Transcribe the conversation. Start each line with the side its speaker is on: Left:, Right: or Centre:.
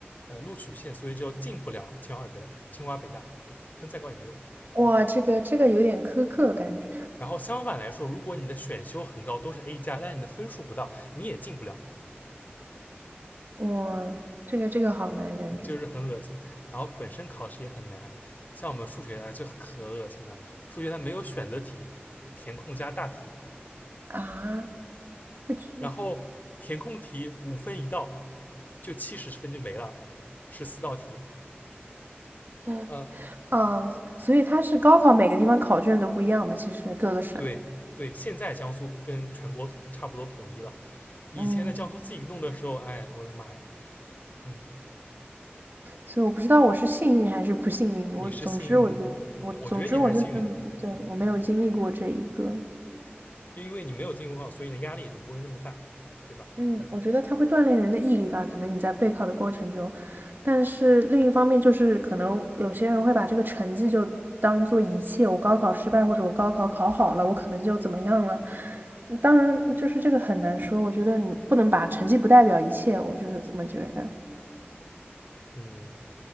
Left: 呃录取线，所以就进不了清华北大。清华北大，嗯，分再高也没用。
Right: 哇，这个这个有点苛刻感觉，
Left: 然后相反来说，如果你的选修很高，都是 A 加，但是你的分数不到，你也进不了。
Right: 哇，这个这个好难感觉
Left: 就是很恶心。然后本身考试也很难，像我们数学啊就可恶心了，数学它没有选择题，填空加大题，
Right: 啊，那就
Left: 然后填空题五分一道，就七十分就没了，十四道题。
Right: 嗯
Left: 嗯，
Right: 啊，所以他是高考每个地方考卷都不一样的，其实各个省，
Left: 对对，现在江苏跟全国统差不多统一了。以前在江苏自己弄的时候，
Right: 嗯，
Left: 哎呀我的妈呀，嗯，
Right: 所以我不知道我是幸运还是不幸运，我总之我觉得我总之我就是
Left: 你是幸运，嗯，我觉得你还是幸运的，嗯，
Right: 对我没有经历过这一个，
Left: 就因为你没有进公告，所以你的压力也就不会那么大，对吧？
Right: 嗯，我觉得它会锻炼人的毅力吧，可能你在备考的过程中，但是另一方面就是，可能有些人会把这个成绩就当做一切，我高考失败或者我高考考好了，我可能就怎么样了。嗯当然，就是这个很难说，我觉得你不能把成绩不代表一切，我就是这么觉得。
Left: 嗯，